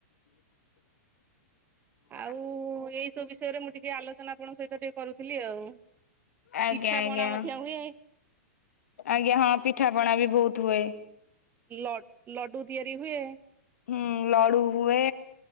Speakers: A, on the left; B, on the right.
A: <inaudible>
B: ଆଉ ଏଇ ସବୁ ବିଷୟରେ ମୁଁ ଟିକେ ଆଲୋଚନା ଆପଣଙ୍କ ସହିତ ଟିକେ କରୁଥିଲି ଆଉ।
A: ଆଜ୍ଞା
B: ପିଠା
A: ଆଜ୍ଞା
B: ପଣା ମଧ୍ୟ ହୁଏ।
A: ଆଜ୍ଞା, ହଁ ପିଠାପଣା ବି ବହୁତ ହୁଏ।
B: ଲ ଲଡୁ ତିଆରି ହୁଏ।
A: ହୁଁ ଲଡୁ ହୁଏ।